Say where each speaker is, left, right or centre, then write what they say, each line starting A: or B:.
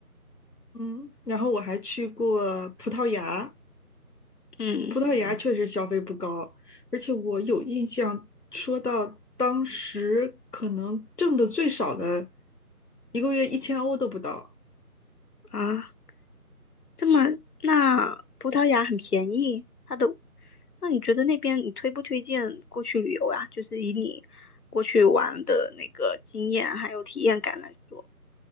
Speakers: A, on the left (about 90°); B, on the left (about 75°).
A: 嗯，然后我还去过葡萄牙。
B: 嗯
A: 葡萄牙确实消费不高，而且我有印象，说到当时可能挣的最少的，一个月一千欧都不到，
B: 啊，这么那葡萄牙很便宜，它的，那你觉得那边你推不推荐过去旅游呀？就是以你过去玩的那个经验还有体验感来说。